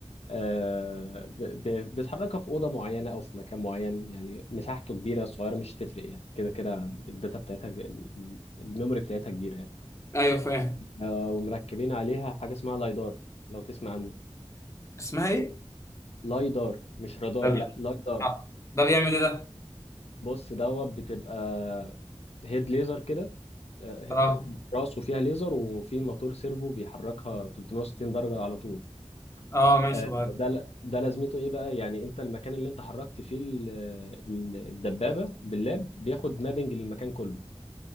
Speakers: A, on the left (about 70°); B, on the left (about 25°).
A: آه، ب- ب- بتحركها في اوضه معينه او في مكان معين يعني مساحته كبيره صغيره مش تفرق يعني كده كده الداتا بتاعتها ج- ال- الميموري بتاعتها كبيره يعني
B: ايوه فاهم
A: آه، ومركبين عليها حاجه اسمها لايدار لو تسمع عنه
B: اسمها ايه
A: لايدار مش رادار
B: ده بي-
A: لا لايدار
B: آه. ده بيعمل ايه ده
A: بص دوت بتبقى هيد ليزر كده آه،
B: اه
A: راسه فيها ليزر وفي موتور سيرفو بيحركها 360 درجه على طول
B: اه ماشي
A: آه، ده ل- ده لازمته ايه بقى يعني انت المكان اللي انت حركت فيه ال- ال- الدبابه باللاب بياخد مابنج للمكان كله